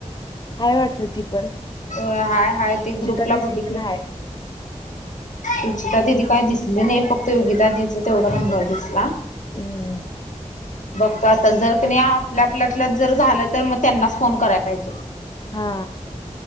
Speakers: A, on the left; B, on the left.
A: हाय वाटतं ती पण.
B: वय हाय हाय ते
A: सुचिता
B: ग्रुपला
A: दिदी
B: बघितल
A: पण आहे
B: रुचिता दिदी. काय दिसल नाही फक्त योगीता दिदी च तेवढ रंगवाय दिसला.
A: हम्म
B: बघतो आता जर कनाय आपल्या आपल्यात जर झालं तर मग त्यांनाच फोन कराय पाहिजे.
A: हा